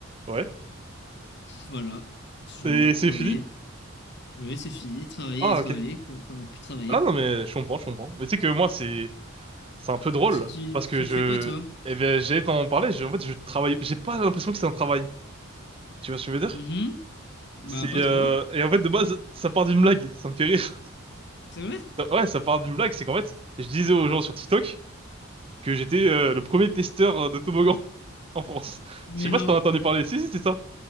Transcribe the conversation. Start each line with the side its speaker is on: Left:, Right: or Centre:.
Right: Ouais.
Left: Voilà, parce que j'en
Right: Et
Left: ai marre
Right: c'est
Left: de travailler.
Right: fini?
Left: Oui, c'est fini, travailler
Right: Ah,
Left: et travailler
Right: ok.
Left: quoi. Enfin, plus travailler
Right: Ah non,
Left: quoi.
Right: mais je comprends, je comprends. Mais tu sais que moi, c'est, C'est un peu drôle
Left: Si tu,
Right: parce que
Left: si
Right: je,
Left: tu fais quoi toi?
Right: eh bien, j'allais t'en parler. Je, en fait, je travaille. J'ai pas l'impression que c'est un travail. Tu vois ce que je veux dire?
Left: Mhm. Bah,
Right: C'est
Left: pas
Right: euh,
Left: trop.
Right: et en fait de base, ça part d'une blague. Ça me fait rire. <laughs>
Left: C'est vrai?
Right: Ouais, ça part d'une blague. C'est qu'en fait, je disais aux gens sur TikTok que j'étais euh, le premier testeur de toboggan <laughs> en France.
Left: Mais
Right: Je sais pas
Left: non.
Right: si t'en as entendu parler. Si, si, c'est ça.